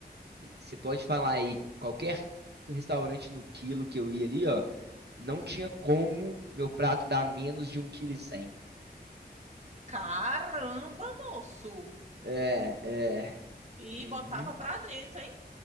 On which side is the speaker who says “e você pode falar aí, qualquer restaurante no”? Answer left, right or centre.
Right